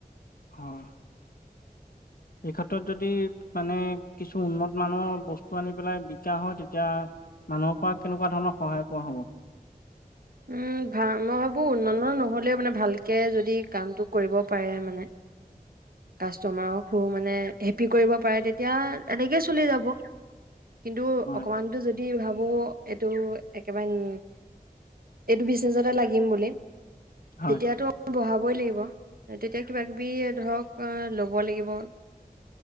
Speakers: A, on the left; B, on the right.
A: হয়।
B: <inaudible>
A: এই ক্ষেত্ৰত যদি মানে কিছু উন্নত মানৰ বস্তু আনি পেলাই বিকা হয় তেতিয়া। মানুহৰ পৰা কেনেকুৱা ধৰণৰ সহায় পোৱা হ'ব।
B: <inaudible> ভা মই ভাবোঁ উন্ন নহ'লেও মানে ভালকে যদি কামটো কৰিব পাৰে মানে। কাষ্টমাৰক সু মানে হেপি কৰিব পাৰে তেতিয়া এনেকে কোনে ল'ব কিন্তু
A: হয়
B: অকনমানতে যদি ভা ব এইটো একেবাৰে উ এইটো বিজনেচতে লাগিম বুলি
A: হয়
B: তেতিয়াতো বহাব লবয় লাগিব, তেতিয়া কিবা কবি ধৰক ল'ব লাগিব।